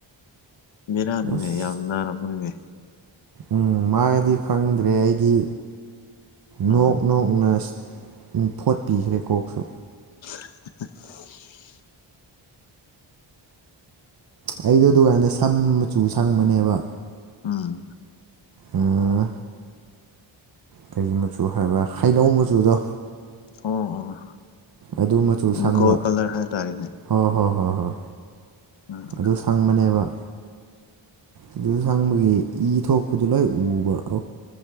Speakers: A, on the left (about 70°); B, on the right (about 50°).
A: ꯕꯤꯔꯥꯅꯤꯅꯦ
B: ꯑꯁ
A: ꯌꯥꯝ ꯅꯥꯔꯝꯕꯅꯤꯅꯦ
B: ꯎꯝ ꯃꯥꯒꯤꯗꯤ ꯈꯪꯗ꯭ꯔꯦ ꯑꯩꯗꯤ ꯅꯣꯛ
A: ꯎꯝ
B: ꯅꯣꯛꯅ ꯝ ꯐꯣꯠ ꯄꯤꯈ꯭ꯔꯦ ꯀꯣꯛꯁꯨ
A: <inaudible>
B: ꯑꯩꯗꯣ ꯑꯗꯨꯗꯨꯀꯥꯟꯗ ꯁꯝ ꯃꯆꯨ ꯁꯪꯕꯅꯦꯕ
A: ꯎꯝ
B: ꯑꯥ ꯀꯔꯤ ꯃꯆꯨ ꯍꯥꯏꯕꯥ ꯍꯩꯅꯧ ꯃꯆꯨꯗꯣ
A: ꯑꯣ ꯑꯣ
B: ꯑꯗꯨ ꯃꯆꯨ ꯁꯪꯕ
A: ꯒꯣꯜ ꯀꯂꯔ ꯍꯥꯏꯇꯥꯔꯦꯅꯦ
B: ꯍꯣꯏ ꯍꯣꯏ ꯍꯣꯏ ꯍꯣꯏ
A: ꯎꯝ
B: ꯑꯗꯨ ꯁꯪꯕꯅꯦꯕ ꯑꯗꯨ ꯁꯪꯕꯒꯤ ꯏ ꯊꯣꯛꯄꯗꯨ ꯂꯣꯏ ꯎꯕ ꯑ